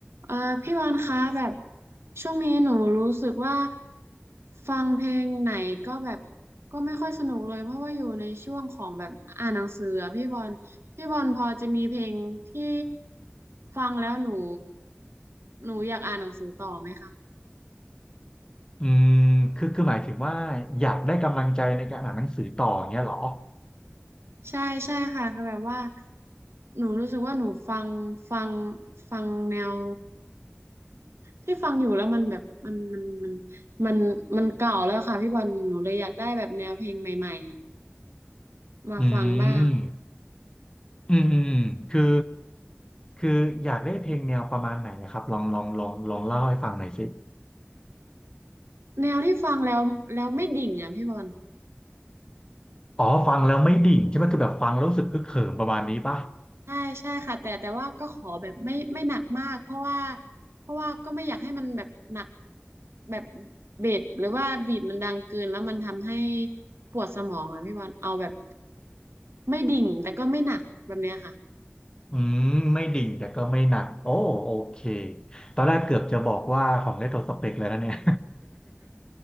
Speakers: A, on the right; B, on the left.
A: เอ่อพี่บอลคะแบบช่วงนี้หนูรู้สึกว่าฟังเพลงไหนก็แบบก็ไม่ค่อยสนุกเลยเพราะว่าอยู่ในช่วงของแบบอ่านหนังสืออะพี่บอลพี่บอลพอจะมีเพลงที่ฟังแล้วหนูหนูอยากอ่านหนังสือต่อไหมคะ
B: อืมคือคือหมายถึงว่าอยากได้กำลังใจในการอ่านหนังสือต่ออย่างเงี้ยเหรอ
A: ใช่ใช่ค่ะคือแบบว่าหนูรู้สึกว่าหนูฟังฟังฟังแนวที่ฟังอยู่แล้วมันแบบมันมันมันมันมันเก่าแล้วค่ะพี่บอลหนูเลยอยากได้แบบแนวเพลงใหม่ๆ มาฟังบ้าง
B: อืมอืมอืมอืมคือคืออยากได้เพลงแนวประมาณไหนนะครับลองลองลองลองเล่าให้ฟังหน่อยสิ
A: แนวที่ฟังแล้วแล้วไม่ดิ่งอ่ะพี่บอล
B: อ๋อฟังแล้วไม่ดิ่งใช่ไหมคือแบบฟังแล้วรู้สึกคึกเขิมประมาณนี้ป่ะ
A: ใช่ใช่ค่ะแต่แต่ว่าก็ขอแบบไม่ไม่หนักมากเพราะว่าเพราะว่าก็ไม่อยากให้มันแบบหนักแบบเบสหรือว่าบีทมันดังเกินแล้วมันทำให้ปวดสมองอ่ะพี่บอลเอาแบบไม่ดิ่งแต่ก็ไม่หนักแบบเนี้ยค่ะ
B: อืมไม่ดิ่งแต่ก็ไม่หนักโอ้โอเคตอนแรกเกือบจะบอกว่าของเลโทรสเปกเลยนะเนี่ย